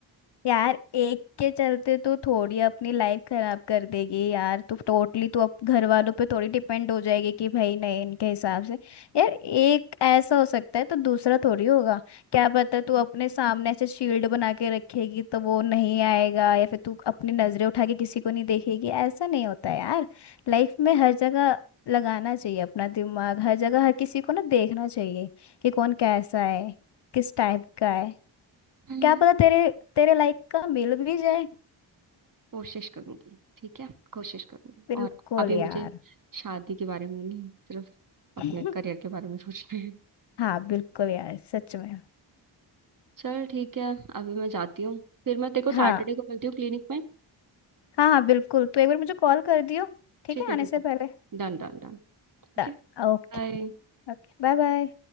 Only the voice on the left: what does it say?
यार एक के चलते तो थोड़ी अपनी लाइफ खराब कर देगी यार तो टोटली तो अब घर वालों पे थोड़ी डिपेंड हो जाएगी कि भाई नहीं इनके हिसाब से यार एक ऐसा हो सकता है तो दूसरा थोड़ी होगा क्या पता तू अपने सामने ऐसे शील्ड बना के रखेगी तो वो नहीं आएगा या फिर तू अपनी नजरें उठा के किसी को नहीं देखेगी ऐसा नहीं होता यार लाइफ में हर जगह लगाना चाहिए अपना दिमाग हर जगह हर किसी को ना देखना चाहिए कि कौन कैसा है किस टाइप का है
क्या पता तेरे तेरे लाइक का मिल भी जाए
बिल्कुल
यार
<laughs>
हाँ बिल्कुल यार सच में
हाँ
हाँ हाँ बिल्कुल तो एक बार मुझे कॉल कर दियो ठीक
है
आने
से
पहले
Done
Okay Okay bye bye